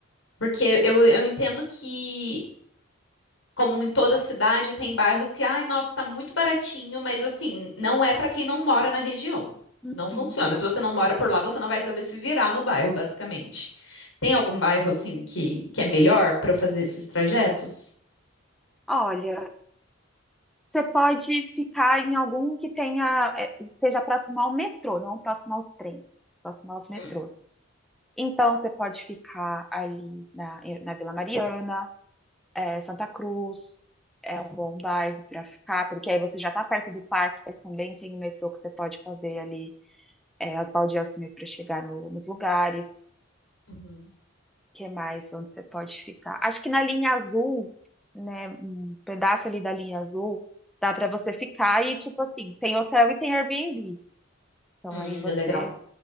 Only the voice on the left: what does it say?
Porque eu, eu entendo que Como em toda cidade, tem bairros que, ai, nossa, tá muito baratinho, mas assim, não é para quem não mora na região.
Não funciona. Se você não mora por lá, você não vai saber se virar no bairro, basicamente. Tem algum bairro assim que, que é melhor para eu fazer esses trajetos?
Hum,
uhum.
Hum,
é legal.